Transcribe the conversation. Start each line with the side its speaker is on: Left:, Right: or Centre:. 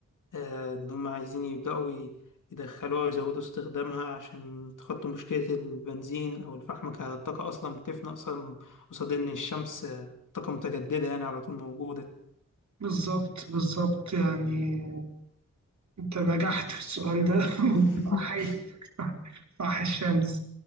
Left: آه، إن هم عايزين يبدأوا ي- يدخلوها ويزودوا استخدامها عشان يتخطوا مشكلة البنزين أو الفحم كطاقة أصلا بتفنى أصلا قصاد إن الشمس آه، طاقة متجددة يعني على طول موجودة
Right: بالظبط بالظبط يعني أنت نجحت في السؤال ده
Left: <laughs>
Right: <laughs> أحييك صح صح الشمس